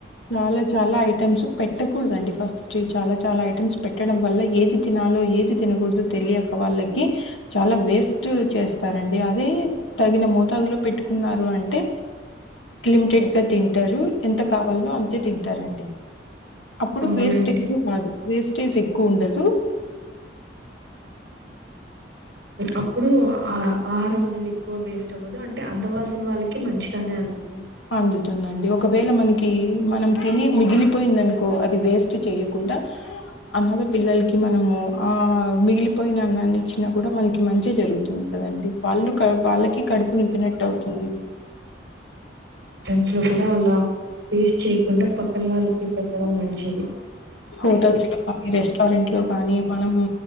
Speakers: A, on the left; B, on the right.
A: చాలా చాలా యి ఐటమ్స్ పెట్టకూడదండి ఫస్ట్ చాలా చాలా ఐటమ్స్ పెట్టడం వల్ల ఏది తినాలో ఏది తినకూడదు తెలియక వాళ్ళకి చాలా వేస్ట్ చేస్తారండి అదే తగిన మోతబులు పెట్టుకు అంటే లిమిటెడ్ గా తింటారు ఎంత కా వాళ్ళు అంతే తింటారండి అప్పుడు
B: అవునండి
A: వేస్ట్ ఎక్కువ కాదు వేస్టేజ్ ఎక్కువ ఉండదు
B: అప్పుడు ఆ ఆహారం అనేది ఎక్కువ వేస్ అంటే అందవలసిన వాళ్ళకి మంచిగానే అనపిసుతుంది
A: అందుతుందండి ఒకవేళ మనకి మనం తిని మిగిలిపోయింది అనుకో అది వేస్ట్ చేయకుం డా అనాధ పిల్లలకి మనము ఆ మిగిలిపోయిన అన్నాన్ని ఇచ్చినా కూడా మనకి మంచి మంచి జరుగుతుంది కదండి వాళ్ళు క వాళ్ళకి కడుపు నింపినట్టు అవుతుంది
B: చు కూడా అలా వేస్ట్ చేయకుండా పక్కన వాళ్ళకి పెట్టడం మంచిది
A: హోటల్స్ లో కాని రెస్టారెంట్ లో కాని మనము